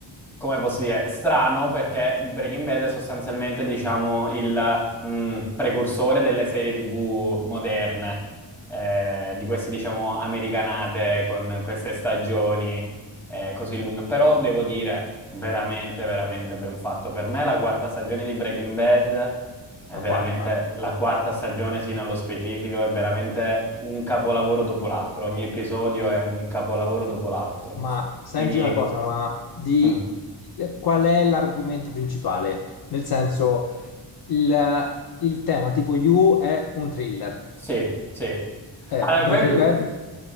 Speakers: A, in the centre; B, on the left (about 55°).
A: come posso dire, strano perché Breaking Bad è sostanzialmente, diciamo, il mm, precursore delle serie TV moderne, eh, di queste, diciamo, americanate con queste stagioni eh, così lunga, però devo dire veramente, veramente ben fatto. Per me la quarta stagione di Breaking Bad è veramente
B: La quarta.
A: la quarta stagione, sì, nello specifico, è veramente un capolavoro dopo l'altro. Ogni episodio è un capolavoro dopo l'altro.
B: Ma senti
A: Quindi,
B: una cosa, ma di
A: mm.
B: eh, qual è l'argomento principale? Nel senso, il, il tema tipo You è un thriller.
A: Sì, sì.
B: Eh,
A: Allora,
B: Breaking
A: quel,
B: Bad?